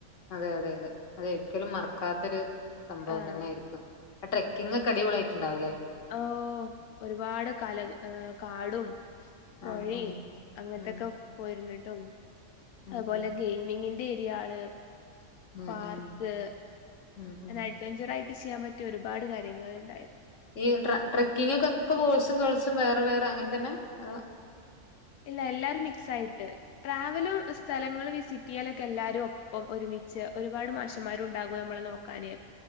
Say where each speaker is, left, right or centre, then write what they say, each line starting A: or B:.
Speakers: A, on the left (about 60°); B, on the left (about 85°).
A: അതെ അതെ അതെ അതൊരിക്കലും മറക്കാത്തൊരു സംഭവം
B: ആഹ്
A: തന്നെ ആയിരിക്കും ആ ട്രക്കിങ് ഒക്കെ അടിപൊളി യാ യിട്ടുണ്ടാവ് ല്ലേ
B: ഓ ഒരുപാട് കാല ഏ കാടും പൊഴേ
A: ആഹ് ആഹ്
B: അങ്ങൻത്തൊക്കെ
A: ഉം
B: പോയിര് ന്നിട്ടും
A: ഉം
B: അത്പോലെ
A: ഉം
B: ഗെയിമിങ്ങി <unintelligible>
A: ഉം
B: പാർക്ക്
A: ഉം
B: അങ്ങനെ
A: ഉം ഉം
B: അഡ് വെഞ്ചറായി ചെയ്യാൻ പറ്റിയ ഒരുപാട് കാര്യങ്ങൾ ഇണ്ടായിരുന്നു
A: ഈ ട്ര ട്രക്കിങ് ഒക്കെ ഒക്കെ വോയ്‌സും ഗേൾസും വേറെ വേറെ അങ്ങനെ തന്നെ അ
B: ഇല്ല എല്ലാരും മിക്സ് ആയിട്ട് ട്രാവലും സ്ഥലങ്ങള് വിസിറ്റ് യ്യലൊക്കെ എല്ലാരും ഒപ്പം ഒരുമി ച്ച് ഒരുപാട് മാഷമ്മാര് ഉണ്ടാകും നമ്മളെ നോക്കാന്